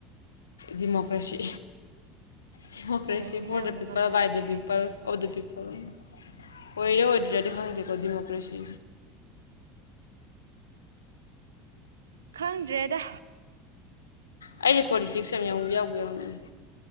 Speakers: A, on the left; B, on the right.
A: ꯗꯤꯃꯣꯀ꯭ꯔꯦꯁꯤ ꯗꯤꯃꯣꯀ꯭ꯔꯦꯁꯤ
B: ꯍꯧꯖꯤꯛꯁꯤꯅ
A: ꯐꯣꯔ ꯗ
B: ꯑꯃꯨꯛ
A: ꯄꯤꯄꯜ
B: ꯉꯝꯅꯔꯛꯄ
A: ꯕꯥꯏ ꯗ ꯄꯤꯄꯜ
B: ꯍꯥꯏꯇꯥꯔꯦ
A: ꯑꯣꯐ ꯗ ꯄꯤꯄꯜ ꯑꯣꯏꯔ ꯑꯣꯏꯗꯔꯤꯔꯗꯤ ꯈꯪꯉꯗꯀꯣ ꯗꯤꯃꯣꯀꯔꯦꯁꯤ
B: ꯈꯪꯗ꯭ꯔꯦꯗ
A: ꯑꯩꯗꯤ ꯄꯣꯂꯤꯇꯤꯛꯁ ꯌꯥꯝ ꯌꯥꯎꯅꯤ ꯌꯥꯎꯕꯨ ꯌꯥꯎꯅꯤꯡꯏ